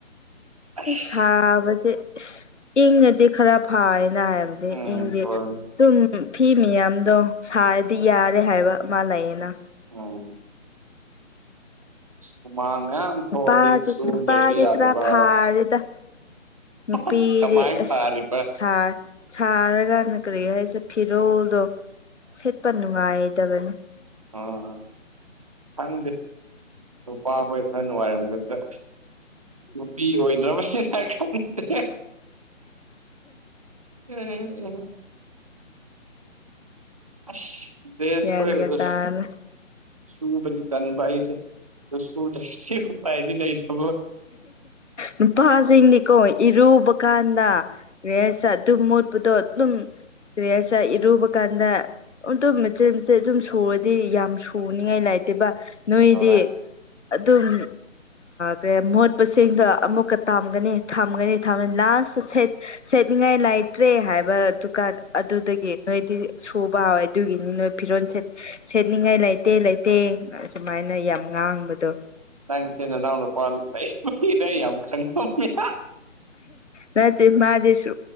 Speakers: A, on the right; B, on the left.
A: ꯑꯁ
B: ꯁꯥꯕꯁꯦ ꯏꯪꯉꯗꯤ ꯈꯔ ꯐꯥꯏꯅ ꯍꯥꯏꯕꯗꯤ
A: ꯎꯝ
B: ꯏꯪꯗꯤ
A: ꯍꯣꯏ
B: ꯑꯗꯨꯝ ꯐꯤ ꯃꯌꯥꯝꯗꯣ ꯁꯥꯔꯗꯤ ꯌꯥꯔꯦ ꯍꯥꯏꯕ ꯑꯃꯜ ꯂꯩꯌꯦꯅ
A: ꯑꯣ ꯍꯨꯃꯥꯡ ꯃꯌꯥꯝ
B: ꯅꯨꯄꯥꯗꯤ
A: ꯊꯣꯛꯑꯗꯤ ꯁꯨꯗ꯭ꯔꯁꯨ
B: ꯅꯨꯄꯥꯗꯤ
A: ꯌꯥꯗꯕ
B: ꯈꯔ ꯐꯥꯔꯦꯗ ꯅꯨꯄꯤꯗꯤ
A: ꯑꯁ ꯀꯃꯥꯏꯅ
B: ꯑꯁ
A: ꯐꯥꯔꯤꯕ
B: ꯁꯥꯔ ꯁꯥꯔꯀꯥꯟꯗ ꯀꯔꯤ ꯍꯥꯏꯁꯦ ꯐꯤꯔꯣꯜꯗꯣ ꯁꯦꯠꯄ ꯅꯨꯡꯉꯥꯏꯗꯕꯅꯤ
A: ꯑꯣ ꯈꯪꯗꯦ ꯅꯨꯄꯥꯈꯣꯏ ꯈꯔ ꯅꯨꯡꯉꯥꯏꯔꯝꯒꯗ꯭ꯔ ꯅꯨꯄꯤ ꯑꯣꯏꯗ꯭ꯔꯕꯁꯦ <unintelligible> ꯎꯝ ꯑꯁ ꯗ꯭ꯔꯦꯁ
B: ꯒ꯭ꯌꯥꯟꯒ
A: ꯑꯣꯏꯕꯗꯨꯁ
B: ꯇꯥꯅ
A: ꯁꯨꯕꯗꯤ ꯇꯟꯕ ꯑꯩꯁꯦ ꯁꯨꯗ꯭ꯔꯗꯤ ꯎꯄꯥꯏꯗꯤ ꯂꯩꯇꯕ
B: ꯅꯨꯄꯥꯁꯤꯡꯗꯤꯀꯣ ꯏꯔꯨꯕ ꯀꯥꯟꯗ ꯔꯦꯁ ꯑꯗꯨꯝ ꯃꯣꯠ ꯗꯣ ꯑꯗꯨꯝ ꯀꯔꯤꯍꯥꯏꯁꯤꯔ ꯏꯔꯨꯕ ꯀꯥꯟꯗ ꯑꯗꯨꯝ ꯃꯆꯦꯠ ꯃꯦꯆꯦꯠ ꯑꯗꯨꯝ ꯁꯨꯔꯗꯤ ꯌꯥꯝ ꯁꯨꯅꯤꯉꯥꯏ ꯂꯩꯥꯏꯇꯦꯕ ꯅꯣꯏꯗꯤ
A: ꯍꯣꯏ
B: ꯑꯗꯨꯝ ꯄꯦ ꯃꯣꯠꯄꯁꯤꯡꯗꯣ ꯑꯃꯨꯛꯀ ꯇꯥꯝꯒꯅꯤ ꯊꯝꯒꯅꯤ ꯊꯝꯒ ꯂꯥꯁꯇ ꯁꯦꯠ ꯁꯦꯠꯅꯤꯡꯉꯥꯏ ꯂꯩꯇ꯭ꯔꯦ ꯍꯥꯏꯕꯗꯨꯀꯥꯟ ꯑꯗꯨꯗꯒꯤ ꯅꯣꯏꯗꯤ ꯁꯨꯕ ꯍꯥꯎꯋꯦ ꯑꯗꯨꯒꯤꯅꯤ ꯅꯣꯏ ꯐꯤꯔꯣꯜ ꯁꯦꯠ ꯁꯦꯠꯅꯤꯡꯉꯥꯏ ꯂꯩꯇꯦ ꯂꯩꯇꯦ ꯑꯁꯨꯃꯥꯏꯅ ꯌꯥꯝ ꯉꯥꯡꯕꯗꯣ
A: ꯅꯪꯁꯤ ꯅꯅꯥꯎ ꯅꯨꯄꯥ ꯂꯩ ꯁꯤꯗꯥ ꯌꯥꯝ ꯈꯪꯉꯝꯃꯤꯅꯥ
B: ꯅꯠꯇꯦ ꯃꯥꯗꯤ ꯁꯨ